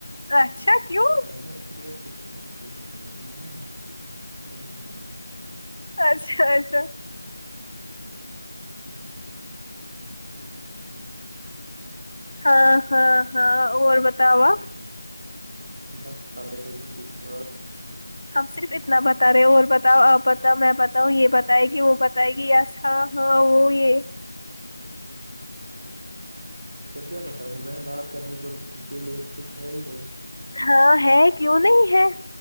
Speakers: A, on the left; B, on the right.
A: اچھا کیوں
B: میں نے نا یہ چلئیے دیکھی نوٹیفکیشن سے لیکن میں نا آپ کو سین نہیں کرتا ہوں
A: اچھا اچھا
B: جی
A: ہاں ہاں ہاں اور بتاؤ آپ
B: بس آپ بتائیے کچھ ہا
A: ہم صرف اتنا بتا رہے اور بتاؤ آپ بتاؤ میں بتاؤں یہ بتائے گی وہ بتائے گی یس ہاں ہاں وہ یہ
B: پھر کیا بتاؤں میں بات کرنے کو کے لیے کچھ ہے ہی نہیں
A: ہاں ہے کیوں نہیں ہے